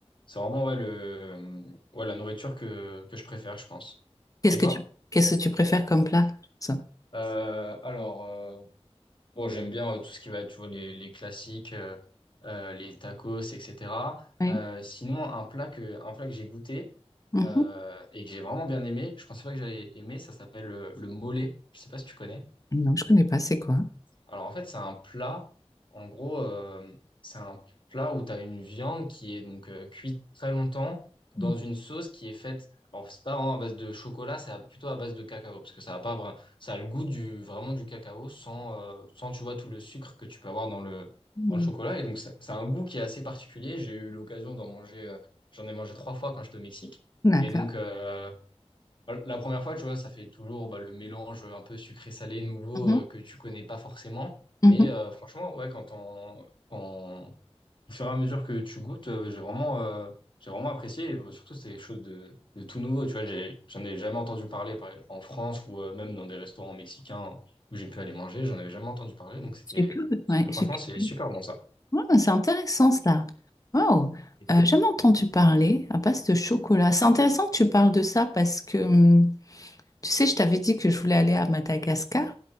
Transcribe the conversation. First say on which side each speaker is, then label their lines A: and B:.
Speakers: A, on the left; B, on the left.
A: c'est vraiment ouais, le, ouais, la nourriture que, que je préfère, je pense.
B: Qu'est-ce
A: Et toi?
B: que tu, qu'est-ce que tu préfères comme plat? Ça.
A: Euh, alors, euh, Bon, j'aime bien euh, tout ce qui va être, tu vois, les, les classiques, euh, euh, les tacos, etc.
B: Oui.
A: Euh, sinon, un plat que, un plat que j'ai goûté
B: Mhm.
A: euh, et que j'ai vraiment bien aimé, je pensais pas que j'allais aimer, ça s'appelle euh, le mollet. Je sais pas si tu connais.
B: Non, je connais pas, c'est quoi?
A: Alors en fait, c'est un plat, en gros, euh, c'est un plat où tu as une viande qui est donc euh, cuite très longtemps dans
B: Mm.
A: une sauce qui est faite, alors c'est pas vraiment à base de chocolat, c'est à- plutôt à base de cacao, parce que ça a pas, vra- ça a le goût du, vraiment du cacao sans, euh, sans, tu vois, tout le sucre que tu peux avoir dans le,
B: Mm.
A: dans le chocolat. Et donc c'est c'est un goût qui est assez particulier. J'ai eu l'occasion d'en manger, euh, j'en ai mangé trois fois quand j'étais au Mexique.
B: D'accord.
A: Et donc, euh, bah, La première fois, tu vois, ça fait toujours bah, le mélange un peu sucré-salé nouveau
B: Mhm.
A: euh, que tu connais pas forcément.
B: Mhm.
A: Mais euh, franchement, ouais, quand on, on- au fur et à mesure que tu goûtes, euh, j'ai vraiment, euh, j'ai vraiment apprécié. Et, bah, surtout, c'était quelque chose de, de tout nouveau. Tu vois, j'ai, j'en ai jamais entendu parler par- en France ou euh, même dans des restaurants mexicains où j'ai pu aller manger. J'en avais jamais entendu parler. Donc, c'était,
B: Je suis curieuse. Ouais, je
A: franchement,
B: suis curieuse.
A: c'est super bon ça.
B: Ouais, c'est intéressant ça. Wow.
A: Ouais,
B: Euh, jamais entendu parler à base de chocolat. C'est intéressant que tu parles de ça parce que hum, tu sais, je t'avais dit que je voulais aller à Madagascar